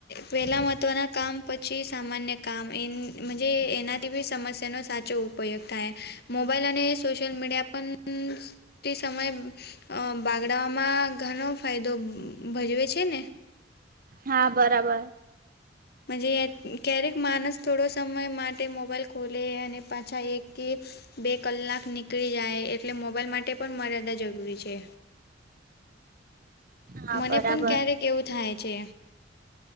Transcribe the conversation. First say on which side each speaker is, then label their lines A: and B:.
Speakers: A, on the left; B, on the right.
A: પેલા મહત્વના કામ પછી સામાન્ય કામ એન મન્જે એનાથી બી સમસ્યાનો સાચો ઉપયોગ થાય મોબાઈલ અને સોશલ મીડિયા પણ તે સમય અ બાગડા ઓમાં ઘણો ફાયદો ભજવે છે ને
B: હા બરાબર
A: જે ક્યારેક માણસ થોડો સમય માટે મોબાઈલ ખોલે અને પાછા એક કે બે કલાક નીકળી જાય એટલે મોબાઈલ માટે પણ મર્યાદા જરૂરી છે.
B: હા
A: મને
B: બરાબર
A: પણ ક્યારેક એવું થાય છે.